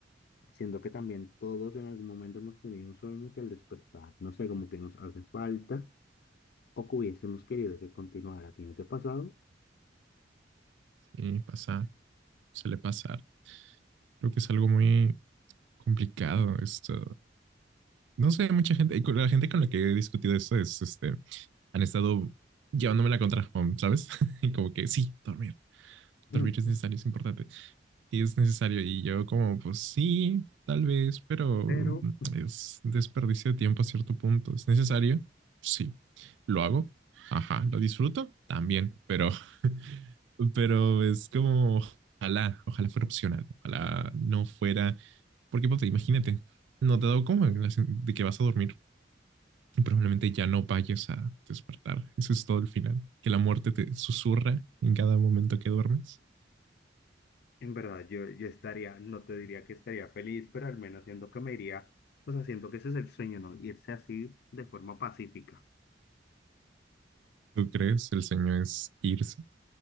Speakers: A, on the left; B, on the right.
A: siento que también todos en algún momento hemos tenido un sueño que al despertar, no sé, como que nos hace falta o que hubiésemos querido que continuara, tiene que no pasado?
B: sí, pasa. suele pasar. Creo que es algo muy complicado esto. No sé, mucha gente, y con la gente con la que he discutido esto es, este, han estado llevándome la contra, um, ¿sabes? <laughs> Y como que sí, dormir,
A: <laughs>
B: dormir es necesario, es importante y es necesario. Y yo como, pues sí, tal vez, pero
A: Pero
B: es desperdicio de tiempo a cierto punto. ¿Es necesario? Sí. ¿Lo hago? Ajá. ¿Lo disfruto? También, pero, <laughs> pero es como, ojalá, ojalá fuera opcional, ojalá no fuera, porque pues, imagínate, no te da como la sen- de que vas a dormir y probablemente ya no vayas a despertar. Eso es todo el final, que la muerte te susurra en cada momento que duermes.
A: En verdad, yo, yo estaría, no te diría que estaría feliz, pero al menos siento que me iría, o sea, siento que ese es el sueño, ¿no? Irse así de forma pacífica.
B: ¿Tú crees? El sueño es irse.